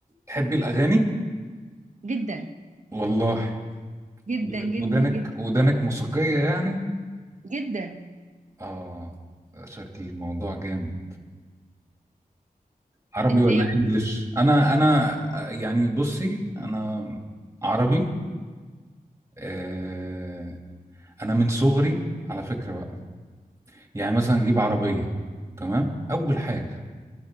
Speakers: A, on the right; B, on the right.
A: تحبي الأغاني؟
B: جدا
A: والله
B: جدا
A: ود-
B: جدا
A: ودانك
B: جدا
A: ودانك موسيقية يعني؟
B: جدا
A: آه شكل الموضوع جامد عربي
B: انت
A: ولا
B: ايه اكتر
A: إنجليش؟ أنا أنا آه، يعني بصي أنا عربي آه أنا من صغري على فكرة بقى يعني مثلا أجيب عربية تمام؟ أول حاجة